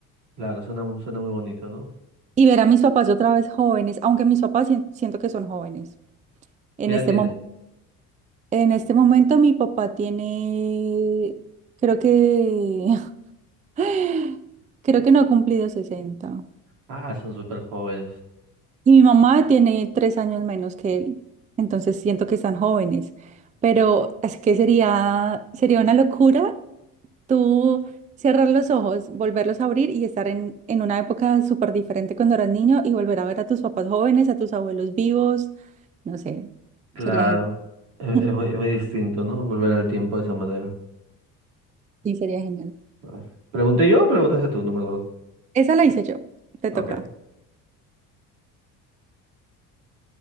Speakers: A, on the right; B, on the right.
A: Claro, suena, mu- suena muy bonito, ¿no?
B: Y ver a mis papás otra vez jóvenes, aunque mis papás sien- siento que son jóvenes. En
A: ¿Qué edad
B: este
A: tienen?
B: momento, en este momento mi papá tiene, creo que, <laughs> creo que no ha cumplido sesenta
A: Ah, son súper jóvenes.
B: Y mi mamá tiene tres años menos que él, entonces siento que están jóvenes. Pero es que sería, sería una locura tú cerrar los ojos, volverlos a abrir y estar en, en una época súper diferente cuando eras niño y volver a ver a tus papás jóvenes, a tus abuelos vivos. No sé,
A: Claro.
B: sería genial.
A: Es,
B: <laughs>
A: es muy, es muy distinto, ¿no? Volver al tiempo de esa manera.
B: Sí, sería genial.
A: A ver. ¿Pregunté yo o preguntaste tú? No me acuerdo.
B: Esa la hice yo, te
A: Ok.
B: toca.